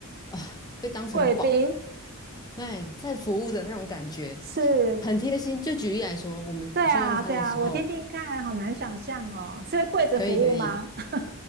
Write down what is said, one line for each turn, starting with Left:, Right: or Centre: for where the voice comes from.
Left: 啊、被当成宝。
Right: 贵宾，
Left: 对，在服务的那种感觉，
Right: <laughs> 是，
Left: 很贴心。就举例来说，我们去用餐的时候，
Right: 对啊对啊，我听听看，好难想象哦，是跪着服务吗？
Left: 可以可以，
Right: <laughs>